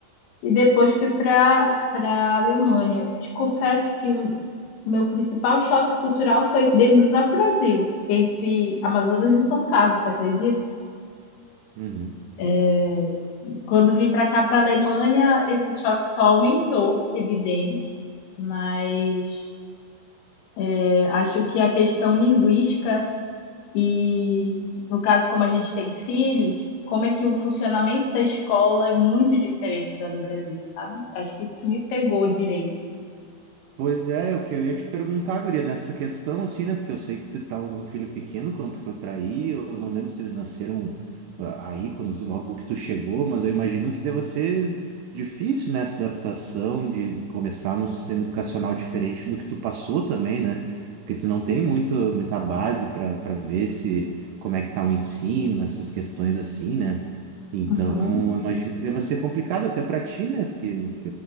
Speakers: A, on the left; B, on the right.
A: e depois fui para para Alemanha. Te confesso que o meu principal choque cultural foi dentro do próprio Brasil, entre Amazonas e São Carlos, tu acredita?
B: Uhum.
A: É, Quando vim para cá, para Alemanha, esse choque só aumentou, evidente, mas é, acho que a questão linguística E no caso, como a gente tem filhos, como é que o funcionamento da escola é muito diferente da do Brasil, sabe? Acho que isso que me pegou direito.
B: Pois é, o que eu ia te perguntar, guria, nessa questão, assim, né? Porque eu sei que tu tava com um filho pequeno quando tu foi para aí, eu não lembro se eles nasceram ah, aí, quando logo que tu chegou, mas eu imagino que deva ser difícil nessa adaptação de começar num sistema educacional diferente do que tu passou também, né? Porque tu não tem muito, muita base para para ver se como é que tá o ensino, essas questões assim, né? Então,
A: Uhum.
B: eu imagino que deva ser complicado até para ti, né? Porque